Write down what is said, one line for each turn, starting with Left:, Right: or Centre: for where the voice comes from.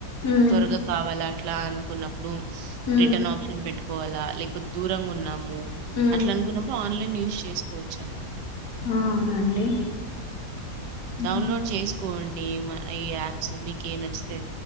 Left: ఉమ్
Right: త్వరగా కావాల అట్లా అనుకున్నడు
Left: ఉమ్
Right: రిటషన్ పెట్టుకోవాలా లేకపోతే దూరంగా ఉన్నా
Left: ఉమ్
Right: అట్లా అనుకున్నప్పుడు ఆన్లైన్ యూస్ చేసుకోవచ్చ
Left: అవునండి ఉమ్
Right: డౌన్లోడ్ చేసుకోండి యాప్స్ మీకు ఏ నచ్చి అ